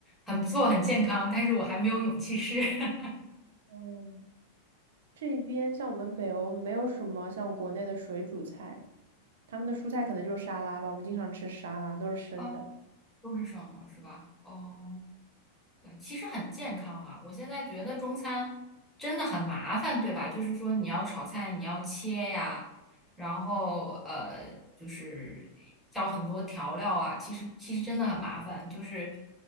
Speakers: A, in the centre; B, on the right (about 60°).
A: 很不错，很健康，但是我还没有勇气试。<laughs>
B: 嗯，这边像我们北欧没有什么像国内的水煮菜，他们的蔬菜可能就是沙拉吧，我们经常吃沙拉，都是生的。
A: 哦，都是生的，是吧？哦。对，其实很健康啊！我现在觉得中餐真的很麻烦，对吧？就是说你要炒菜，你要切呀，然后呃，就是要很多调料啊。其实其实真的很麻烦，就是